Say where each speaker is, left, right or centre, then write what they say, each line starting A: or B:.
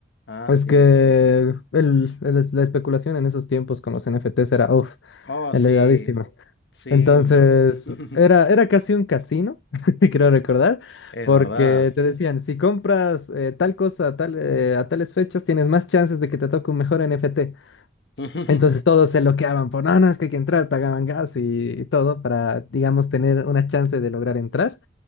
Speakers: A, on the left; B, on the left.
A: Ah,
B: Es
A: sí,
B: que
A: sí, sí.
B: el, el la especulación en esos tiempos con los NFTs era, uff,
A: Oh,
B: elevadísima.
A: sí, sí,
B: Entonces,
A: ma- <laughs>
B: era, era casi un casino, <laughs> creo recordar,
A: es
B: porque
A: verdad.
B: te decían, si compras eh, tal cosa a, tal, eh, a tales fechas, tienes más chances de que te toque un mejor NFT.
A: <laughs>
B: Entonces todos se loqueaban por, no, no, es que hay que entrar, pagaban gas y, y todo para, digamos, tener una chance de lograr entrar.